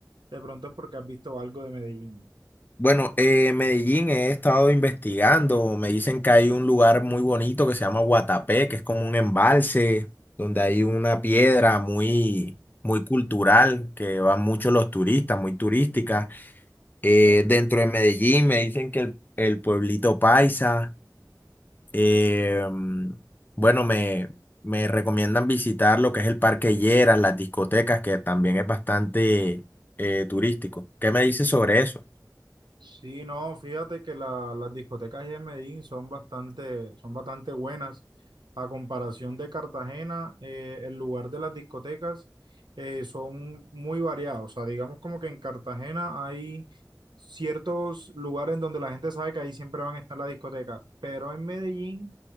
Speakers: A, on the right (about 80°); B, on the left (about 25°).
A: de pronto es porque has visto algo de Medellín.
B: Bueno, eh, Medellín he estado investigando. Me dicen que hay un lugar muy bonito que se llama Guatapé, que es como un embalse donde hay una piedra muy, muy cultural que van muchos los turistas, muy turística. Eh, dentro de Medellín me dicen que el, el pueblito Paisa. eh, mm, bueno, me, me recomiendan visitar lo que es el Parque Lleras, las discotecas, que también es bastante eh, turístico. ¿Qué me dices sobre eso?
A: Sí, no, fíjate que la- las discotecas en Medellín son bastante, son bastante buenas. A comparación de Cartagena, eh, el lugar de las discotecas eh, son muy variados. O sea, digamos como que en Cartagena hay ciertos lugares en donde la gente sabe que ahí siempre van a estar las discotecas, pero en Medellín